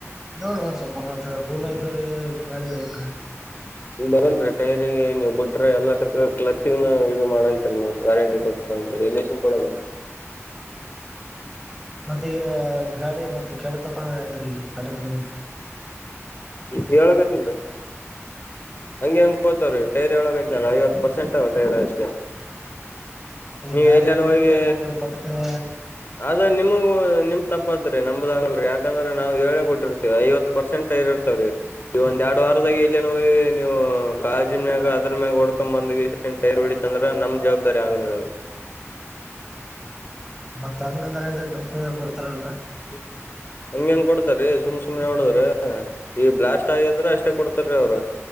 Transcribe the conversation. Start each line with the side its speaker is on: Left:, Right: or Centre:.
Centre: ನೋಡವಂದ ಸ್ವಲ್ಪ ಮತ್ತ ಪೂರ್ನ ಇದ್ದವ್ರ ಹಂಗ್ ಮಾಡಿದ್ರ ಹೆಂಗ
Left: ಬರಂರಿ ಟೈರಿಗೆ ನೀವು ಬಿಟ್ರೆ ಎಲ್ಲಾ ಟ್ಲಚ್ಿೂ ಇದು ಮಾಡಂತರಿ ನೀವು ಗ್ಯಾರಂಟಿ ಕೊಟ್ಟ ಹರಿ ಎಲನ್ ಕೊಡ
Centre: <unintelligible> ಮತ್ತ ಈಗ ಗಾಡಿ ಮತ್ತ ಕೆಡತಪ ಅಂಗ್ರೀ ಈಗ ಆಟಕ್ನ
Left: ಈ ಹೇಳಕತಿಲ್ೀ ಹಂಗೆ ಹಂಗ ಕೋತಾವ ರೇ ಟೈ್ರೊಳಗೈಐತೆನಾನ ಐವತ್ತು ಪರ್ಸೆಂಟ್ ಟೈರ್ ಅಷ್ಟೆ
Centre: ಈ
Left: ನೀವು
Centre: ಗಾಡಿ
Left: ಎಲ್ಲನ
Centre: ಮಂದಿ
Left: ಹೋಗಿ
Centre: ಕಾಯ ಕೊಟ್ಟು ಪಟಕ್ನೆ
Left: ಆದ ನಿಮಗ ನಿಮ ತಪ್ಪದ್ರಿ ನಮ್ದ ಆಾಗಲ್ರಿ ಯಾಕಂದ್ರೆ ನಾವು ಹೇಳಿ ಕೊಟ್ಟಿರ್ತೀ ಐವ ಪರ್ಸೆಂಟ್ ಇರುತ್ತೆ ೀ ಈ ಒಂದ್ ಎರಡು ವಾರದಾಗ ಎಲ್ಲ ನೋಗಿ ನೀವು ಕಾಜಿನನ್ ಮ್ಯಾಗ ಅದ್ರ ಮ್ಯಾಗ ಹೊಡ್ಕೊಂಡ್ ಬಂದ ೈರ್ ಹಡಿತ ಅಂದ್ರ ನಮ್ ಜವಾಬ್ದಾರಿ ಆಗ ಅದು
Centre: ಮತ್ತ ಹಂಗಂದ್ರ ಹೆಂಗ ಕಂಪನಿ ಕೊಡ್ತಾರಲ್ರ
Left: ಹ್ಮ ಹಂಗಗೆ ಹೆಂಗ ಕೊಡ್ತಾರೀ ಸುಮ್ ಸುಮ್ನೆ ನೋಡದ್ರ ಈ ಬ್ಲಾಸ್ಟ್ ಆಗಿದ್ರ ಅಷ್ಟೇ ಕೊಡ್ತಾರೀ ಅವ್ರು